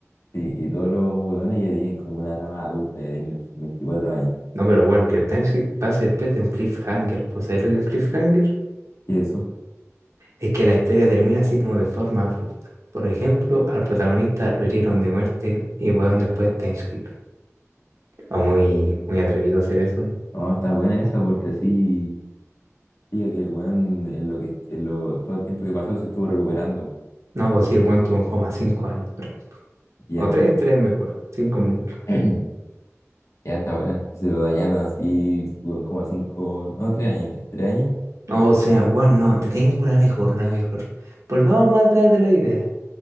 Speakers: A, on the left; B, on the right.
A: sí, y todos los huevones ya tienen como una edad más adulta, ya tienen sus 24 años.
B: No, pero bueno, que el timeskip pase después de un cliffhanger. Pues ahí lo que es un cliffhanger
A: ¿Y eso?
B: es que la historia termina así como de forma abrupta. Por ejemplo, al protagonista lo hirieron de muerte y weón después timeskip. O muy, muy atrevido a hacer eso.
A: No, está buena esa porque así diga que el hueón en lo que en lo, todo el tiempo que pasó se estuvo recuperando.
B: No, pues sí, el weón tuvo como cinco años, por ejemplo.
A: Ya.
B: O tres, tres mejor. Cinco mucho.
A: <clears throat> Ya está buena. Se lo dañaron así, estuvo como a cinco, no, tres años, tres años.
B: No, o sea, weón, no, te tengo una mejor, una mejor. Volvamos más atrás de la idea.